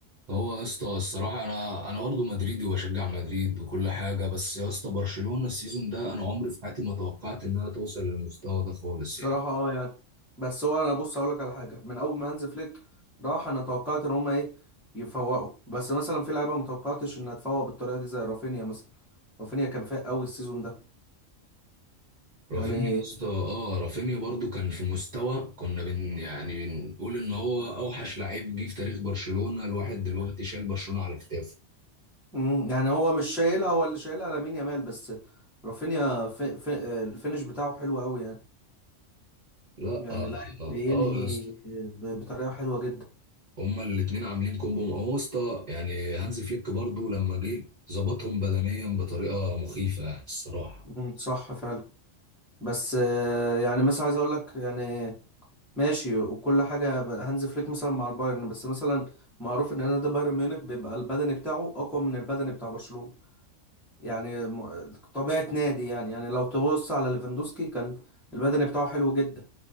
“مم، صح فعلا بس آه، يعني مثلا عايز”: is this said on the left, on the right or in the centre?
Centre